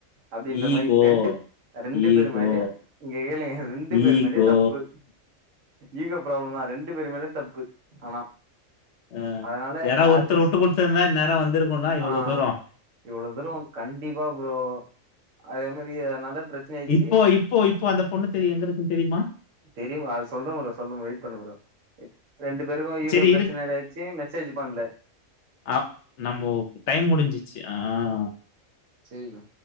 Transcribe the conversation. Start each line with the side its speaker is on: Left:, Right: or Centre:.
Right: அப்டின்ற
Left: ஈகோ.
Right: மாரி ரெண்டுப் ரெண்டு
Left: ஈகோ.
Right: பேரு மேலயு இங்க கேளுங்க ரெண்டு பேரு
Left: ஈகோ.
Right: மேலயு தப்பு ஈகோ ப்ராப்ளம் மா ரெண்டு பேரு மேலயு தப்பு ஆனா
Left: ஆஹ்
Right: அதனால
Left: யாராது
Right: யார்
Left: ஒருத்தர்
Right: ஃபஸ்ட்டு
Left: உட்டு குடுத்துருந்தா இன்நேரோ வந்திருக்கோல இவ்ளோ
Right: ஆ
Left: தூரோ
Right: இவ்ளோ துரோ கண்டிபா ப்ரோ அதே மாரி அதனாலப் பிரச்சன ஆயிர்ச்சி
Left: இப்போ இப்போ இப்போ அந்த பொண்ணு தெரி எங்க இருக்குன்னு தெரியுமா?
Right: தெரியுமா அத சொல்ற ப்ரோ சொல்ற ப்ரோ வெயிட் பண்ணு ப்ரோ ரெண்டு பேருகோ ஈகோ
Left: சரி
Right: பிரச்சன இதாயிடுச்சு மெசேஜ் பண்ல
Left: ஆஹ் நம்மோ டைம் முடிஞ்சிச்சு ஆஹ்
Right: செரி ப்ரோ